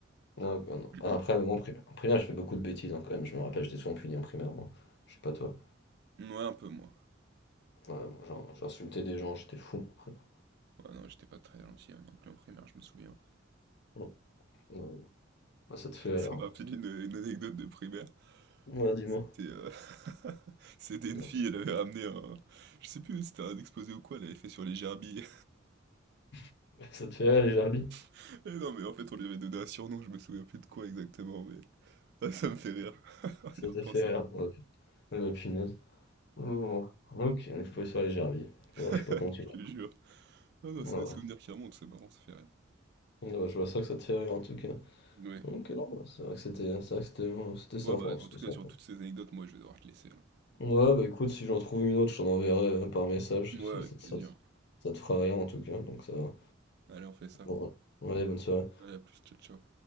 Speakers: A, on the left; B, on the right.
A: Non, non, non.
B: <clears throat>
A: Ah, Après, moi, en pri- en primaire, je fais beaucoup de bêtises hein, quand même, je me rappelle, j'étais souvent puni en primaire, moi. Je sais pas toi.
B: Ouais, un peu, moi.
A: Ouais, moi, j'en- j'insultais des gens, j'étais fou. en primaire.
B: Ouais, non, j'étais pas très gentil hein, non plus en primaire, je me souviens.
A: Non, non, ah, ça
B: <laughs>
A: te fait rire.
B: Ça
A: hein.
B: me rappelle une, une anecdote de primaire.
A: Ouais, dis-moi.
B: C'était euh, <laughs> c'était
A: Non,
B: une fille,
A: ça,
B: elle avait ramené un... Je sais plus, c'était un exposé ou quoi, elle avait fait sur les gerbilles.
A: <laughs> ça te fait rire, les gerbilles?
B: <laughs> Et non, mais en fait, on lui avait donné un surnom, je me souviens plus de quoi exactement, mais... <laughs> Ah, ça me fait rire, <laughs> en
A: Ça,
B: y repensant.
A: ça te fait rire. Ok. Ouais. Ah, bah, punaise. Oh, ok, il faut sur les gerbilles. Ouais,
B: <laughs>
A: je sais pas comment tu
B: Je
A: l'as.
B: te jure. Ah non,
A: Voilà.
B: c'est des souvenirs qui remontent, c'est marrant, ça fait rire.
A: Ouais, je vois ça que ça te fait rire en tout cas.
B: Ouais.
A: Ok, non, bah, c'est vrai que c'était c'est vrai que c'était euh, c'était sympa,
B: Ouais, bah, en
A: c'était
B: tout cas,
A: sympa.
B: sur toutes ces anecdotes, moi, je vais devoir te laisser, là.
A: Ouais, bah écoute, si j'en trouve une autre, je t'en enverrai euh, par message,
B: Ouais,
A: si
B: avec
A: ça, te
B: plaisir.
A: ça- ça te fera rien en tout cas, donc ça va.
B: Allez, on fait ça.
A: Bon, ouais, Ouais, bonne soirée.
B: Allez, à plus, ciao, ciao.